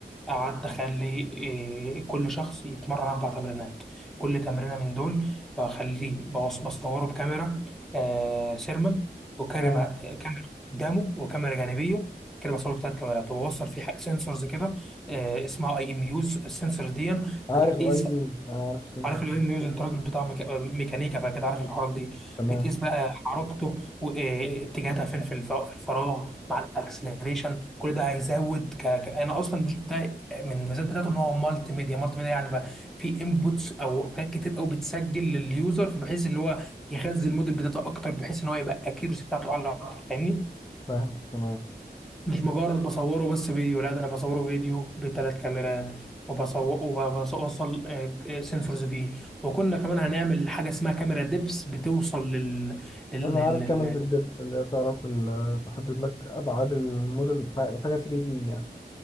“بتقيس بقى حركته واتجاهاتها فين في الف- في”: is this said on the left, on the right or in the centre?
Centre